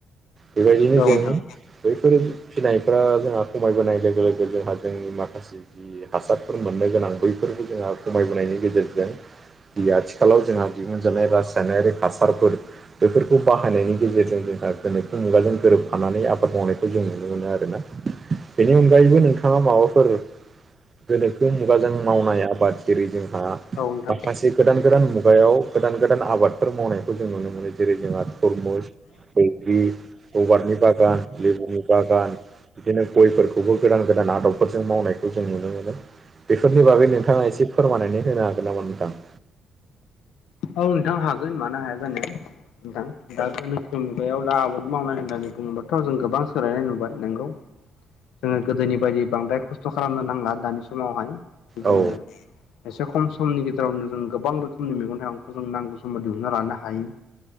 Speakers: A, on the right; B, on the left.
A: बेबायदिनो
B: औ
A: जोङो
B: नोंथां
A: बैफोर फिनायफोरा जोंहा खमायबोनाय लोगो लोगो जोंहा जोंनि माखासे जि हासारफोर मोननो गोनां बैफोरबो जोंहा खमायबोनायनि गेजेरजों जि आ थि आथिखालाव जोंहा दिहुनजानाय रासायनारि हासारफोर बेफोरखौ बाहायनायनि गेजेरजों जोंहा गोनोखो मुगाजों गोरोबफानानै आबाद मावनायखौ जों नुनो मोनो आरोना बेनि अनगायैबो नोंथाङा माबाफोर गोनोखो मुगाजों मावनाय आबादगिरि जोंहा
B: औ नोंथां
A: माखासे गोदान गोदान मुगायाव गोदान गोदान आबादफोर मावनायखौ जों नुनो मोनो जेरै जोंहा थुरमुस बैग्रि रबारनि बागान लेबुनि बागान बिदिनो गयफोरखौबो गोदान गोदान आदबफोरजों मावनायखौ जों नुनो मोनो। बेफोरनि बागै नोंथाङा एसे फोरमायनानै होनो हागोन नामा नोंथां?
B: औ नोंथां हागोन मानो हाया जानो नोंथां। दा गोनोखो मुगायाव दा आबाद मावनाय होननानै बुङोबाथ' जों गोबां सोलायनाय नुबाय नोंगौ जोङो गोदोनि बायदि बांद्राय खस्थ' खालामनो नांला दानि समावहाय जोङो
A: औ
B: एसे खम समनि गेजेरावनो जों गोबां रोखोमनि मैगं थाइगं खौ जों नांगौ समाव दिहुनना लानो हायो।